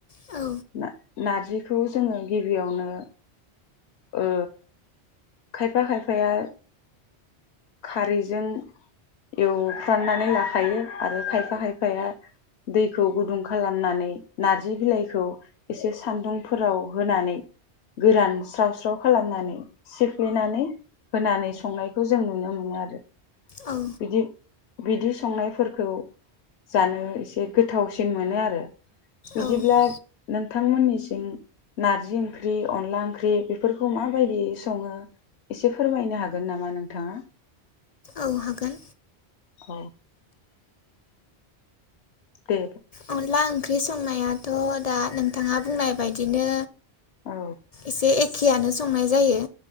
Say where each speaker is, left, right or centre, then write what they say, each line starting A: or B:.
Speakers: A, on the left (about 50°); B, on the left (about 75°).
A: औ
B: ना-नारजिखौ जोङो गिबियावनो, ओ खायफा खायफाया खारैजों एवफ्रामनानै लाखायो, आरो खायफा खायफाया दैखौ गुदुं खालामनानै नारजि बिलाइखौ एसे सान्दुंफोराव होनानै गोरान स्राव स्राव खालामनानै, सिफ्लेनानै होनानै संनायखौ जों नुनो मोनो आरो।
A: औ
B: बिदि-बिदि संनायफोरखौ जानो एसे गोथावसिन मोनो आरो। बिदिब्ला
A: औ
B: नोंथांमोननिसिम नारजि ओंख्रि अनला ओंख्रि बेफोरखौ माबायदियै सङो? एसे फोरमायनो हागोननामा नोंथाङा?
A: औ हागोन।
B: अ दे
A: अनला ओंख्रि संनायाथ दा नोंथाङा बुंनाय बेबायदिनो।
B: औ
A: एसे एखेयानो। संनाय जायो